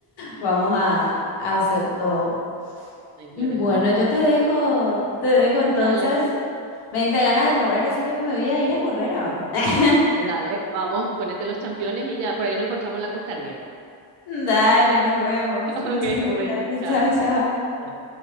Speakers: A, on the left; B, on the right.
A: Vamos
B: <laughs>
A: a,
B: así mismo,
A: a hacer todo.
B: a implementar.
A: Y bueno, yo te dejo, te dejo entonces.
B: Dale,
A: Me diste ganas de correr,
B: entonces,
A: así que me voy a ir a correr ahora. <laughs>
B: dale, vamos, ponete los championes y ya, por ahí nos encontramos la costanera.
A: Dale, nos vemos.
B: <laughs>
A: Muchísimas
B: Ok, un
A: gracias.
B: beso, chao.
A: Chao, chao.
B: chao.